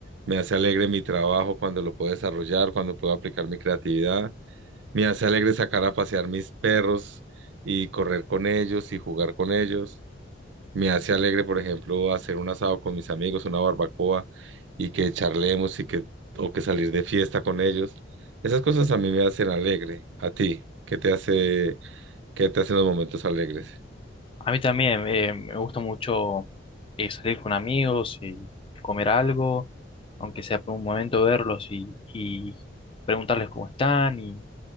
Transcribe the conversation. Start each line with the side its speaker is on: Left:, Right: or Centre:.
Right: me hace alegre mi trabajo cuando lo puedo desarrollar, cuando puedo aplicar mi creatividad, me hace alegre sacar a pasear mis perros y correr con ellos y jugar con ellos, me hace alegre, por ejemplo, hacer un asado con mis amigos, una barbacoa y que charlemos y que, o que salir de fiesta con ellos. Esas cosas a mí me hacen alegre. ¿A ti? ¿Qué te hace, qué te hacen los momentos alegres?
Left: A mí también eh, me gusta mucho eh, salir con amigos y comer algo, aunque sea por un momento verlos y, y preguntarles cómo están y,